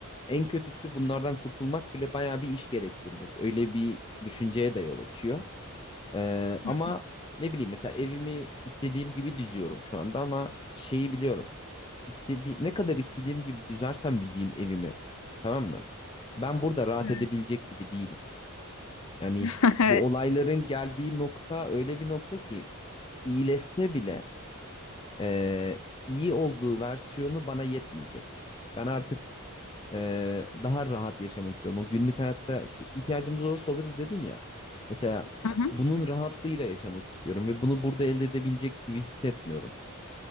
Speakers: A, on the left; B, on the left.
A: en kötüsü bunlardan kurtulmak bile bayağı bir iş gerektirecek. Öyle bir düşünceye de yol açıyor. Ee, ama
B: Hı.
A: ne bileyim mesela evimi istediğim gibi düzüyorum şu anda ama şeyi biliyorum. İstediğim, ne kadar istediğim gibi düzersem düzeyim evimi. Tamam mı? Ben burada rahat
B: Evet.
A: edebilecek gibi değilim. Yani
B: <laughs> Evet.
A: bu olayların geldiği nokta öyle bir nokta ki iyileşse bile e, iyi olduğu versiyonu bana yetmeyecek. Ben artık ee, daha rahat yaşamak istiyorum. O günlük hayatta işte ihtiyacımız olursa alırız dedin ya. Mesela
B: Hı hı.
A: bunun rahatlığıyla yaşamak istiyorum ve bunu burada elde edebilecek gibi hissetmiyorum.